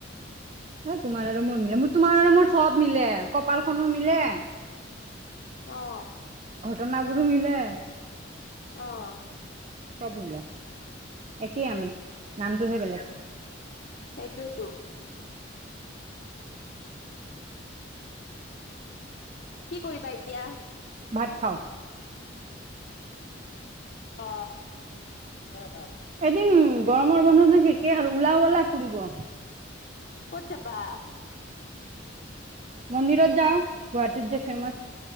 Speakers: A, on the right; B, on the left.
A: অ, তোমাৰ আৰু মোৰ মিলে মোৰ-তোমাৰ আৰু মোৰ চব মিলে কপালখনো মিলে।
B: অ',
A: ঘটনাবোৰো মিলে
B: অ',
A: সব মিলা একেই আমি। নামটোহে বেলেগ
B: সেইটোয়েতো। কি কৰিবা এতিয়া?
A: ভাত খাও।
B: অ, সেইটোৱেতো।
A: এদিন গৰমৰ বন্ধটো সেকে আৰু ওলাও বলা ফুৰিব।
B: ক'ত যাবা?
A: মন্দিৰত যাও গুৱাহাটীত যে ফেমছ।